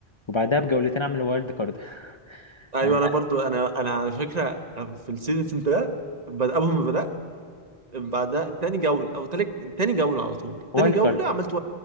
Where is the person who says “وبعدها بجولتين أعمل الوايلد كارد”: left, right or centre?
Left